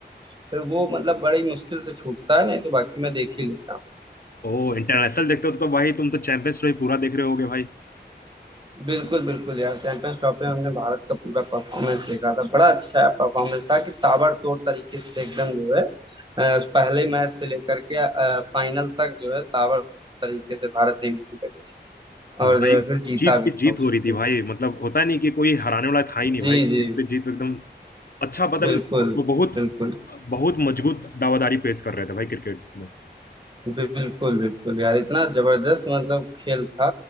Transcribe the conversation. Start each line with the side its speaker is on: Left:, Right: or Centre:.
Right: फिर वो मतलब बड़ी मुश्किल से छूटता है नहीं तो बाकी मैं देख ही लेता हूँ
Left: ओ इंटरनेशनल देखते हो तो भाई तुम तो चैंपियंस ट्रॉफी पूरा देख रहे होगे भाई
Right: बिल्कुल, बिल्कुल यार चैंपियंस ट्रॉफी में हमने भारत का पूरा परफॉर्मेंस देखा था बड़ा अच्छा परफॉर्मेंस था कि ताबड़तोड़ तरीके से एकदम जो है अ, पहले मैच से लेकर के अ, फाइनल तक जो है ताबड़ तरीके से भारत ने एंट्री करी और
Left: भाई
Right: जो है फिर जीता
Left: जीत पे
Right: भी था
Left: जीत
Right: उसको
Left: हो रही थी भाई मतलब होता नहीं कि कोई हराने वाला था ही नहीं
Right: जी
Left: भाई
Right: जी
Left: जीत पे जीत एकदम अच्छा मतलब
Right: बिल्कुल
Left: इस वो बहुत
Right: बिल्कुल
Left: बहुत मजबूत दावादारी पेश कर रहे थे भाई क्रिकेट में
Right: बिल्कुल बिल्कुल यार इतना जबरदस्त मतलब खेल था